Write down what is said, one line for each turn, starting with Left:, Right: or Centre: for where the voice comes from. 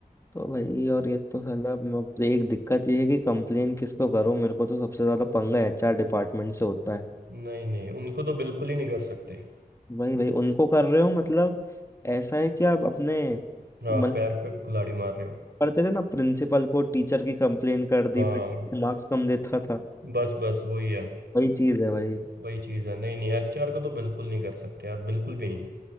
Left: तो भाई और ये तो साला म- अब एक दिक्कत ये है कि कंप्लेन किसको करो मेरे को तो सबसे ज्यादा पंगा एचआर डिपार्टमेंट से होता है
Right: नहीं नहीं उनको तो बिल्कुल ही नहीं कर सकते
Left: भाई भाई उनको कर रहे हो मतलब ऐसा है कि आप अपने
Right: हाँ
Left: मतलब
Right: पैर पे कुल्हाड़ी मार रहे हो
Left: करते थे ना प्रिंसिपल को टीचर की कंप्लेन कर
Right: हाँ
Left: दी फिर मार्क्स कम देता था
Right: बस बस वही है
Left: वही चीज है भाई
Right: वही चीज़ है नहीं नहीं एचआर को तो बिल्कुल नहीं कर सकते यार बिल्कुल भी नहीं